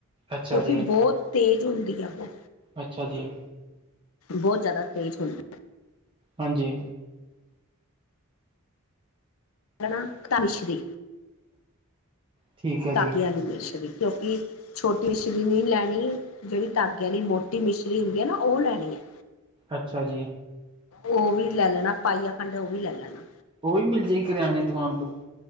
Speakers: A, on the right; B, on the left.
A: ਅੱਛਾ
B: ਕਿਉਂਕਿ
A: ਜੀ,
B: ਬੌਤ ਤੇਜ਼ ਹੁੰਦੀ ਆ ਵੋ
A: ਅੱਛਾ ਜੀ,
B: ਬੌਤ ਜ਼ਿਆਦਾ ਤੇਜ਼ ਹੁੰਦੀ
A: ਹਾਂਜੀ।
B: ਨਾ ਤਾ ਮਿਸ਼ਰੀ
A: ਠੀਕ ਹੈ
B: ਧਾਗੇ
A: ਜੀ,
B: ਆਲੀ ਮਿਸ਼ਰੀ ਕਿਉਂਕਿ ਛੋਟੀ ਮਿਸ਼ਰੀ ਨਈ ਲੈਣੀ ਜੇੜੀ ਧਾਗੇ ਆਲੀ ਮੋ ਟੀ ਮਿਸ਼ਰੀ ਹੁੰਦੀ ਐ ਨਾ ਓ ਲੈਣੀ ਐ।
A: ਅੱਛਾ ਜੀ।
B: ਓ ਵੀ ਲੈ ਲੈਣਾ ਪਾਈਆ ਖੰਡ ਓ ਵੀ ਲੈ ਲੈਣਾ।
A: ਓ ਵੀ ਮਿਲ ਜੇਗੀ ਕਰਿਆਨੇ ਦੀ ਦੁਕਾਨ ਤੋਂ?